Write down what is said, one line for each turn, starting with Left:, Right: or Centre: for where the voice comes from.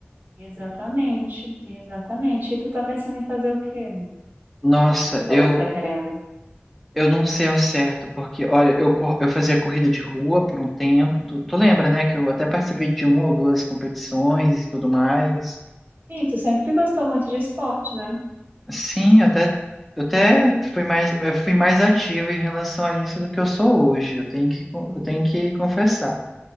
Right: Exatamente, exatamente. E tu tá pensando em fazer o quê?
Centre: Nossa,
Right: Tu falou
Centre: eu,
Right: que tá querendo.
Centre: eu não sei ao certo, porque, olha, eu, cor- eu fazia corrida de rua por um tempo, tu, tu lembra, né, que eu até participei de uma ou duas competições e tudo mais.
Right: Sim, tu sempre gostou muito de esporte, né?
Centre: Sim, eu até, eu até fui mais, eu fui mais ativo em relação a isso do que eu sou hoje, eu tenho que, eu
Right: Uhum.
Centre: tenho que confessar.